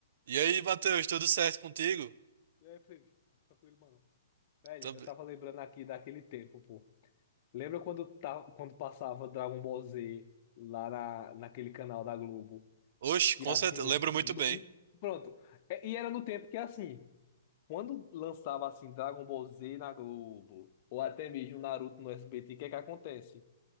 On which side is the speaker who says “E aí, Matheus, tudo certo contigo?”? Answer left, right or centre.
Right